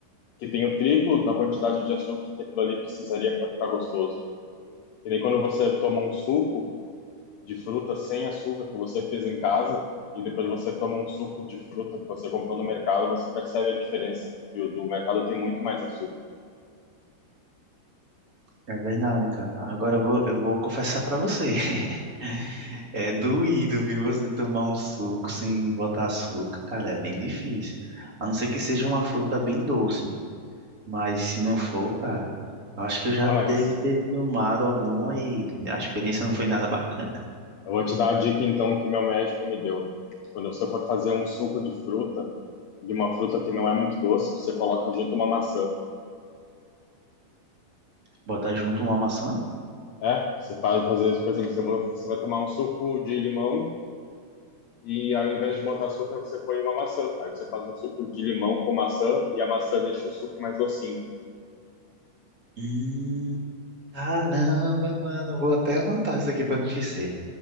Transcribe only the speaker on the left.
que tem o triplo da quantidade de açúcar que aquilo ali precisaria para ficar gostoso. Que nem quando você toma um suco de fruta sem açúcar que você fez em casa, e depois você toma um suco de fruta que você comprou no mercado, você percebe a diferença, que o do mercado tem muito mais açúcar.
Ah, mas
Eu vou te dar a dica então que meu médico me deu. Quando você for fazer um suco de fruta, de uma fruta que não é muito doce, você coloca junto uma maçã.
É, você faz fazer isso, por exemplo, você vai, você vai tomar um suco de limão e ao invés de botar açúcar, você põe uma maçã. Aí você faz um suco de limão com maçã e a maçã deixa o suco mais docinho.